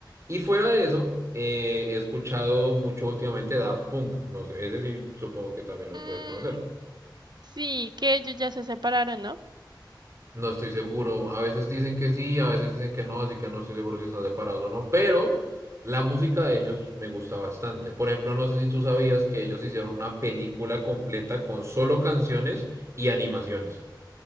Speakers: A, on the right (about 40°); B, on the right (about 65°).
A: Y fuera de eso, eh, he escuchado mucho últimamente Daft Punk. No sé, ese sí supongo que también lo
B: Mm,
A: puedes conocer.
B: sí, que ellos ya se separaron, ¿no?
A: No estoy seguro. A veces dicen que sí, a veces dicen que no, así que no estoy seguro si están separados o no. Pero la música de ellos me gusta bastante. Por ejemplo, no sé si tú sabías que ellos hicieron una película completa con solo canciones y animaciones.